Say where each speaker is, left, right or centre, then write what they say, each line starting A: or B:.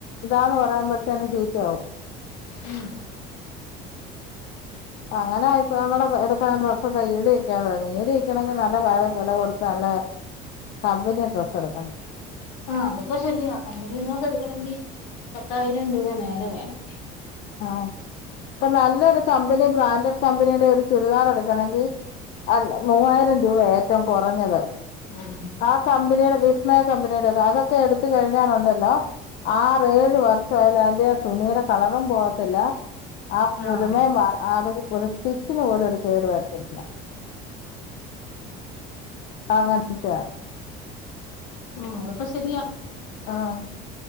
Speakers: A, on the left (about 60°); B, on the left (about 85°).
A: ഇതാന്ന് പറയുമ്പഴത്തേന്ന് ചീത്തയാവും.
B: ഉം
A: അങ്ങനെ ഇപ്പ നമ്മടെടുക്കണ ഡ്രസ്സൊക്കെ ഈട് നിക്കാതെ വരുന്നത്. ഈട് നിൽക്കണമെങ്കി നല്ല വില കൊടുക്ക- ടുത്ത് നല്ല കമ്പനി ഡ്രസ് എടുക്കണം.
B: ആ അതൊക്കെ ശരിയാ. കമ്പനി നിന്ന് എടുക്കണെങ്കിൽ പത്തായിരം രൂപ മേലെ വേണം.
A: ആ ഇപ്പൊ നല്ലൊരു കമ്പനി ബ്രാന്റഡ്കമ്പനിയുടെ ഒരു ചുരിദാർ എടുക്കണമെങ്കി അല്ല മൂവായിരം രൂപയാ ഏറ്റവും കുറഞ്ഞത്.
B: ഉം
A: ആ കമ്പനിയുടെ വിസ്മയ കമ്പനിയുടെ ഒക്കെ അതൊക്കെ എടുത്ത കഴിഞ്ഞാലുണ്ടല്ലോ ആറ് ഏഴ് വർഷമായാലും അതിന്റെ ആ തുണിയിടെ കള ളറും പോവത്തില്ല ആ പുതുമയും
B: ആഹ്
A: മാറ ആ സ്റ്റിച്ചിന് പോലും ഒരു കേടുവരത്തില്ല. അങ്ങനത്തെയാ.
B: ആ അതൊക്കെ ശരിയാ.
A: ആഹ്